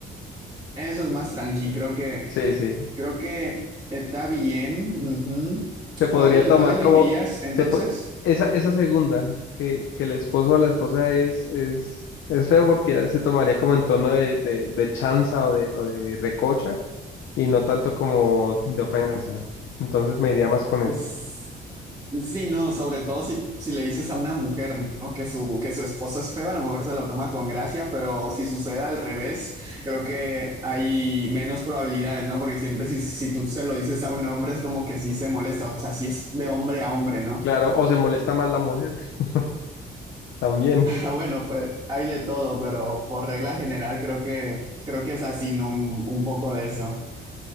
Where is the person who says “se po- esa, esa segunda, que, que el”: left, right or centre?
Left